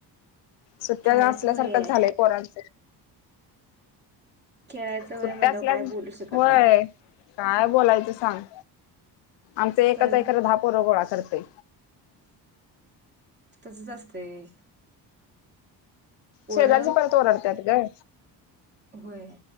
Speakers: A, on the left; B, on the right.
A: सुट्ट्या
B: खेळायचं
A: असल्यासारखं
B: वय आहे
A: झालंय पोरांच
B: खेळायचं वय
A: सुट्ट्या
B: म्हणल्यावर
A: असल्या
B: काय बोलू शकत
A: होय
B: नाही
A: काय बोलायचं सांग आमचा एकाचा
B: काय
A: ए धापोर गोळा करतय.
B: तसच असतंय. पोर
A: शेजारचे पण त ओरडतात ग.
B: होय.